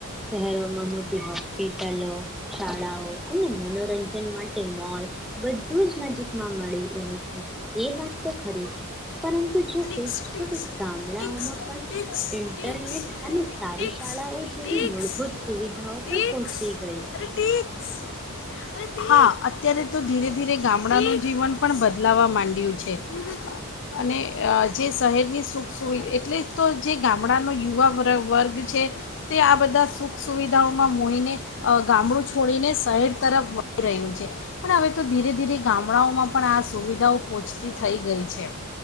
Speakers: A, in the centre; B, on the left (about 60°).
A: શહેરોમાં મોટી હોસ્પિટલો, શાળાઓ અને મનોરંજન માટે મોલ બધું જ નજીકમાં મળી રહે છે. એ વાત તો ખરી છે. પરંતુ જોકે
B: ટીક્સ ટીક્સ
A: હવે ગામડાઓમાં
B: ટીક્સ
A: પણ
B: ટીક્સ
A: ઇન્ટરનેટ
B: ટીક્સ
A: અને સારી
B: ટીક્સ
A: શાળાઓ જેવી
B: ટીક્સ
A: મળ ભૂત સુવિધાઓ
B: ટીક્સ
A: પણ પહોંચી ગઈ છે.
B: અરે ટીક્સ અરે <inaudible> હા અત્યારે તો ધીરે ધીરે ગામડાનું જીવન પણ બદલાવવા માંડ્યું છે. અને. એ અહ જે શહેરની સુખ સુવિ એટલેજ તો જે ગામડાનો યુવા વર વર્ગ છે. તે આ બધા સુખ સુવિધાઓમાં મોહીને અહ ગામડું છોડીને શહેર તરફ વહી રહ્યું છે. પણ હવે તો ધીરે ધીરે ગામડાઓમાં પણ આ સુવિધાઓ પહોંચતી થઈ ગઈ છે.